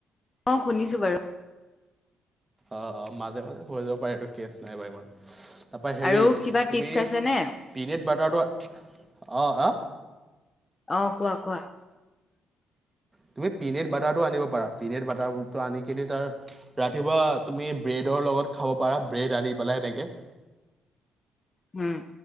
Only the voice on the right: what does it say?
অ অ মাজে মাজে হৈ যাব পাৰে এইটো কেচ নাই বাৰু ইমান। তাৰপৰা হেৰি
তুমি
পিনেট বাটাৰটো অ অ?
তুমি পিনেট বাটাৰটো আনিব পাৰা, পিনেট বাটাৰটো আনি কিনে তাৰ ৰাতিপুৱা তুমি ব্ৰেডত লগত খাব পাৰা ব্ৰেড আনি পেলাই এনেকে।